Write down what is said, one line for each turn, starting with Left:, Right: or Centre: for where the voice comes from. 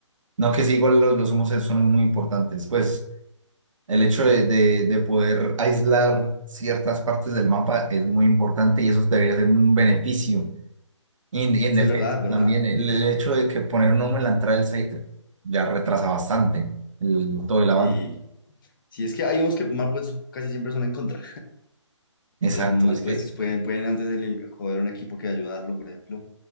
Right: no que sí, igual los, los humos son muy importantes. Pues El hecho de, de- de poder aislar ciertas partes del mapa es muy importante y eso debería ser un beneficio. Y en, y en
Left: Sí,
Right: defensa
Left: es verdad, es verdad.
Right: también, el, el hecho de que poner un hombre en la entrada del site ya retrasa bastante el- todo el avance.
Left: Sí, sí, es que hay unos que mal puestos casi siempre son en contra.
Right: Exacto,
Left: Los mal
Right: es que,
Left: puestos pueden, pueden antes de li- joder a un equipo que ayudarlo, por ejemplo.